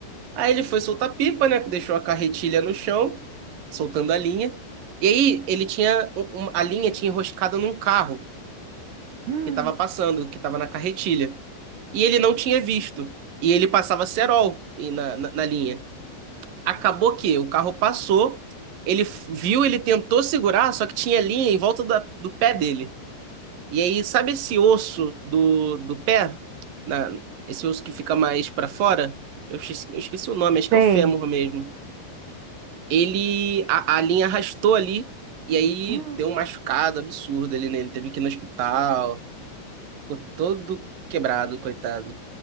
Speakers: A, on the right; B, on the right.
A: Aí ele foi soltar pipa, né? Deixou a carretilha no chão, soltando a linha. E aí ele tinha. um- um- A linha tinha enroscado num carro
B: Hum,
A: que tava passando, que tava na carretilha e ele não tinha visto. E ele passava cerol e na, na, na linha. Acabou que o carro passou, ele f- viu, ele tentou segurar, só que tinha linha em volta da- do pé dele. E aí, sabe esse osso do, do pé? Na- esse osso que fica mais pra fora? Eu esqueci, eu esqueci o nome, acho
B: Sei.
A: que é o fêmur mesmo. Ele, a, a linha arrastou ali, e aí
B: Hum,
A: deu um machucado absurdo ali nele. Teve que ir no hospital, ficou todo quebrado, coitado.